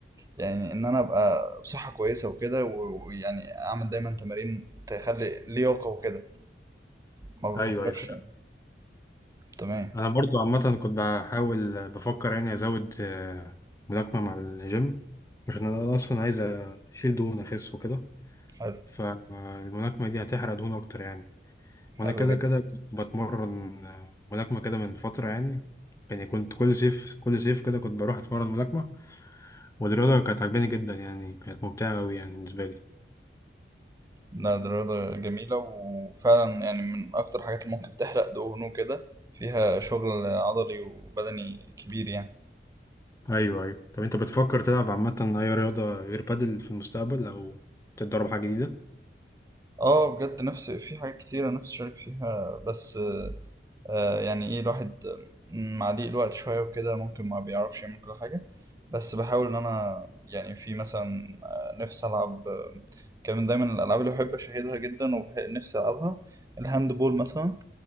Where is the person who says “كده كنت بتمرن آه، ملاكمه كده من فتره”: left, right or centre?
Left